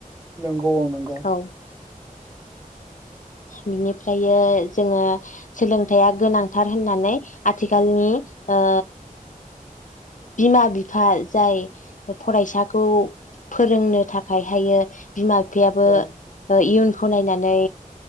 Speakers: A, on the right (about 20°); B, on the left (about 60°).
A: नंगौ नंगौ
B: औ बिनिफ्रायो जोङो सोलोंथाइया गोनांथार होननानै आथिखालनि ओ बिमा बिफा जाय फरायसाखौ फोरोंनो थाखाय हायो बिमा बिफायाबो
A: ओं
B: इयुन खौ नायनानै